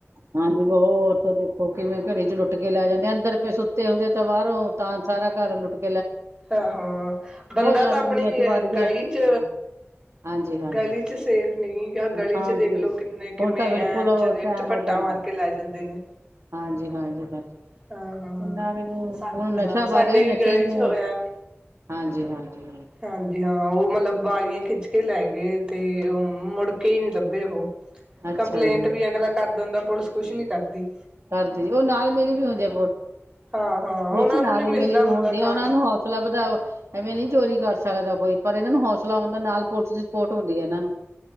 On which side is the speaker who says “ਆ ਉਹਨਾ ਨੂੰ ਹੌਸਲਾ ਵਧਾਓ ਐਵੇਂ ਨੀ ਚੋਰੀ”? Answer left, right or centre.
Right